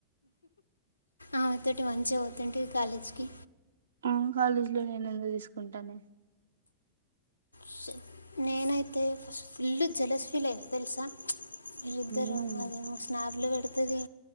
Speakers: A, on the left; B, on the right.
A: ఆమెతోటి మంచిగా పోతుంటివి కాలేజ్కి
B: ఆ కాలేజీ లో నేను ఎందు తీసుకుంటానే
A: స- నేనైతే ఫస్ ఫుల్ జెలస్ ఫీల్ అయిన తెలుసా మీరిద్దరు
B: మ్మ్.
A: అదే మా స్నాప్ లో పె పడుతుంది